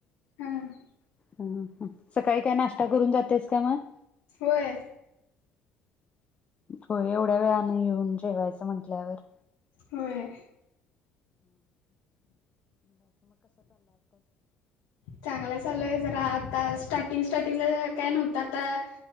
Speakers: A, on the left; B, on the left.
A: हम्
B: हू हू सकाळी काय नाश्ता करून जातियास काय मग
A: होय
B: होय एवढ्या वेळाने येेऊन जेवायचं म्हण म्हटल्यावर
A: होय चांगला चाललाय जरा आता स्टार्टिंग स्टार्टिंगला काय नव्हतं आता